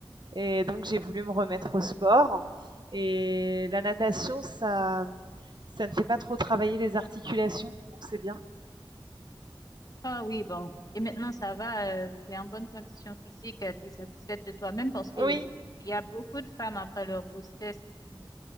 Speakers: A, on the right; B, on the left.
A: Et donc, j'ai voulu me remettre au sport. Et la natation, ça, ça ne fait pas trop travailler les articulations, donc c'est bien.
B: Ah oui, bon. Et maintenant, ça va, tu t'es en bonne condition physique, euh, t'es satisfaite de toi-même parce que
A: Oui,
B: euh, il y a beaucoup de femmes après leur grossesse qui font